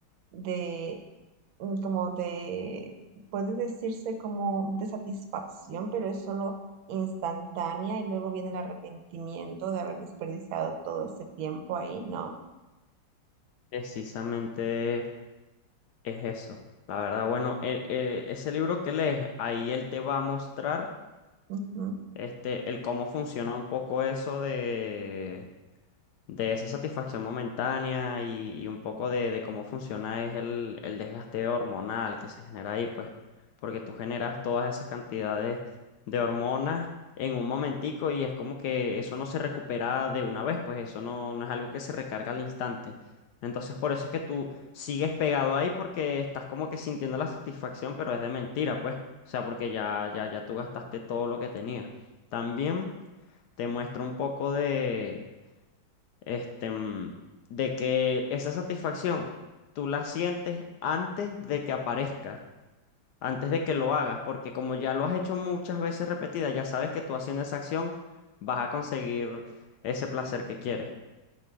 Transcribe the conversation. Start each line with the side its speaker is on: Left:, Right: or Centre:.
Right: de mm, como de, puede decirse como de satisfacción, pero es solo instantánea y luego viene el arrepentimiento de haber desperdiciado todo ese tiempo ahí, ¿no?
Left: Precisamente es eso. La verdad, bueno, e- e- ese libro que lees, ahí él te va a mostrar
Right: Ujú.
Left: este, el cómo funciona un poco eso de de esa satisfacción momentánea y, y un poco de, de cómo funciona es el, el desgaste hormonal que se genera ahí, pues, porque tú generas todas esas cantidades de hormonas en un momentico y es como que eso no se recupera de una vez, pues eso no, no es algo que se recarga al instante. Entonces, por eso es que tú sigues pegado ahí porque estás como que sintiendo la satisfacción, pero es de mentira, pues. O sea, porque ya, ya, ya tú gastaste todo lo que tenías. También te muestra un poco de, este, mm, de que esa satisfacción tú la sientes antes de que aparezca, antes de que lo hagas, porque como ya lo has hecho muchas veces repetidas, ya sabes que tú haciendo esa acción vas a conseguir ese placer que quieres.